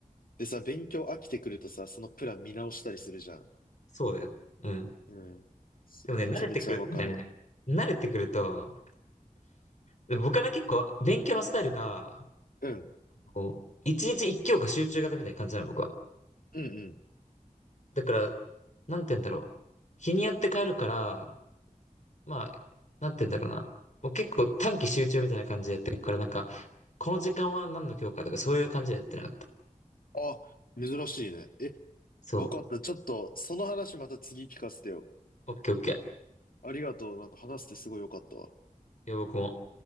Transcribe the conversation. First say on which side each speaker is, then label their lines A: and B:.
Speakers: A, on the left (about 85°); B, on the left (about 55°).
A: でさ、勉強飽きてくるとさ、そのプラン見直したりするじゃん。
B: そうだよ。うん。
A: うん。そうめちゃめちゃわかるわ。
B: でもね、慣れてくるとね、慣れてくると、で僕はね、結構勉強のスタイルが、
A: うん。
B: こう、一日一教科集中型みたいな感じなの、僕は。
A: うんうん。
B: だから、なんて言うんだろう。日によって変えるから、まあ、なんて言うんだろうな。もう結構短期集中みたいな感じでやってるから、なんか、この時間は何の教科とかそういう感じでやってなかった。
A: あ、珍しいね。え、
B: そ
A: わかった。ちょっと、その話また次聞かせてよ。
B: う。オッケーオッケー。
A: ありがとう。なんか話してすごい良かったわ。
B: いや、僕も。